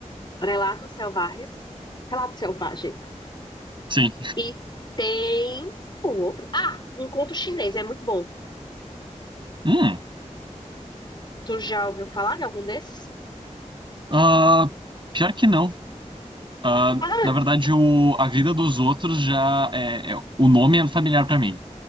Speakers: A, on the left; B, on the right.
A: Relatos Selvagens, Relatos Selvagens.
B: sim.
A: E tem o outro. Ah, um conto chinês, é muito bom.
B: Hum,
A: Tu já ouviu falar de algum desses?
B: ah, pior que não. Ah,
A: Ah,
B: na verdade, o, A Vida dos Outros já é, é- O nome é familiar pra mim.